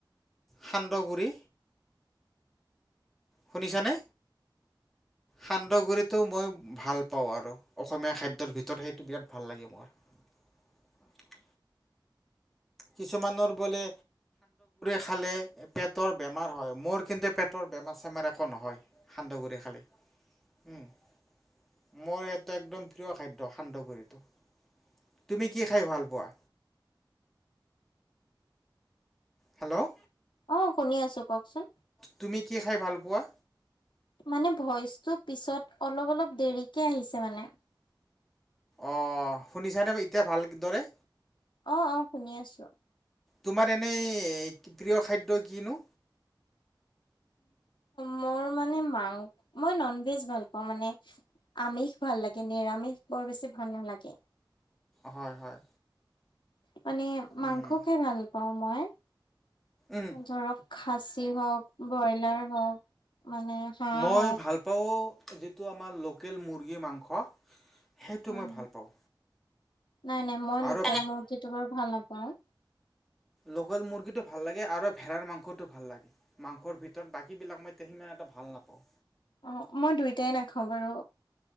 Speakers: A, in the centre; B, on the left (about 75°).
A: সান্দগু়ৰি। শুনিছ নে? সান্দহগুৰিটো মই ভাল পাওঁ আৰু অসমীয়া খাদ্যৰ ভিতৰত সেইটো বিৰাট ভাল লাগে মোৰ। অঁ। কিছুমানৰ বোলে খালে পেটৰ বেমাৰ হয় মোৰ কিন্তু পেটৰ <inaudible> বেমাৰ চেমাৰ একো নহয় সান্দহগুৰিি খালে <unintelligible> মোৰ এটা একদম প্ৰিয় খাদ্য সান্দহগুৰিটো। তুমি কি খাই ভাল পোৱা? হেল্ল'
B: অ শুনি আছো কওকচোন।
A: তুমি কি খাই ভাল পোৱা?
B: মানে ভইচটো পিছত অলপ অলপ দেৰিকে আহিছে মানে।
A: অ শুনিছনে এতিয়া ভাল দৰে।
B: অ অ শুনি আছো।
A: তোমাৰ এনেই প্ৰিয় খাদ্য কিনো?
B: মোৰ মানে মাং মই নন ভেজ ভাল পাওঁ মানে, আমিষ ভাল লাগে নিৰামিষ বৰ বেছি ভাল নালাগে।
A: হয় হয়
B: মানে মাংস
A: উম
B: খাই ভাল পাওঁ মই
A: উম
B: ধৰক খাচী হওক ব্ৰইলাৰ হওক মানে হাঁহ
A: মই
B: হওক
A: ভাল পাওঁ যিটো আমাৰ লোকেল মুৰ্গী মাংস সেইটো
B: উম,
A: মই ভাল পাওঁ
B: নাই নাই মই
A: আৰু
B: লোকেল মুৰ্গীটো বাৰু ভাল নাপাওঁ
A: লোকেল মুৰ্গীটো ভাল লাগে আৰু ভেড়াৰ মাংসটো ভাল লাগে মাংসৰ ভিতৰত বাকী বিলাক মই ভাল নাপাওঁ
B: অ', মই দুইটাই নাখাওঁ বাৰু